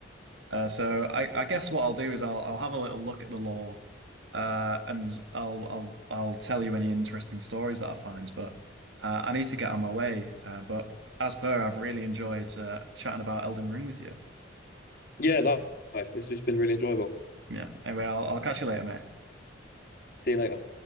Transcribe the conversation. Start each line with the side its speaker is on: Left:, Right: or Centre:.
Right: Uh, so I, I guess what I'll do is I'll I'll have a little look at the law, uh, and I'll I'll I'll tell you any interesting stories that I find. But uh, I need to get on my way. Uh, but as per, I've really enjoyed uh, chatting about Elden Ring with you.
Left: Yeah, likewise. This has been really enjoyable.
Right: Yeah. Anyway, I'll I'll catch you later, mate.
Left: See you later.